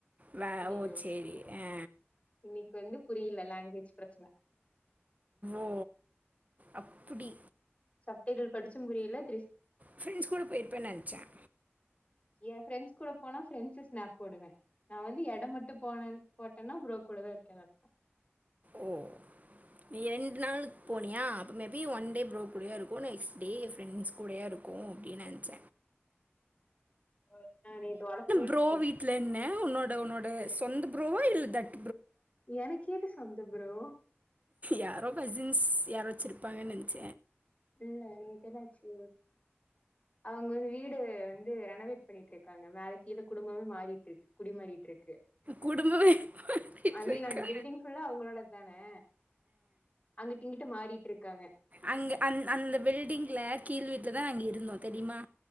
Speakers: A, on the right; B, on the left.
A: வே
B: ஐயையோ
A: ஓ சேரி ஆ
B: இன்னைக்கு வந்து புரியல லேங்குவேஜ் பிரச்சன
A: ஓ அப்டி
B: சப்டைட்டில் படிச்சும் புரியல திர்ஸ்
A: ஃப்ரெண்ட்ஸ் கூட போயிருப்பேன்னு நினச்சேன்
B: என் ஃப்ரெண்டஸ் கூட போனா ஃப்ரெண்ட்ஸு ஸ்னாப் போடுவே நா வந்து எடம் மட்டு போ போட்டன்னா புரோ கூடவே இருக்கேனு அர்த்தோ
A: ஓ நீ ரெண்டு நாள் போனியா அப்போ மேபி ஒன் டே ப்ரோ கூடேயே இருக்கு நெக்ஸ் டே ஃப்ரெண்ட்ஸ் கூடயே இருக்கு அப்டீன்னு நினச்ச
B: ஆ நா நேத்து ஒ ஆள பேசுனே
A: ப்ரோ வீட்டில் என்ன உன்னோட உன்னோட சொந்த புரோவா இல்ல தட்
B: எனக்கு ஏது சொந்த புரோ
A: யாரோ கசின்ஸ் யார் வச்சுருப்பாங்கன் நென்ச்ச
B: இல்ல நேத் என்னாச்சு அவுங் வீடு வந்து ரெனவேட் பண்ணிட்டு இருக்காங்க மேல கீழ குடும்பமே மாறிட்டு இருக்கு குடிமாறிட் இருக்கு
A: குடும்பமே மாறிட்டு
B: ஐ மீன்
A: இருக்கா
B: அந்த பில்டிங் ஃபுல்லா அவங்களோடத் தானே அங்கிட்டு இங்கிட்டு மாறிட்ருக்காங்க
A: அங்கு அங்க அ அந்த பில்டிங்ல கீழ் வீட் து தா அங்கி இருந்தோ தெரிய்மா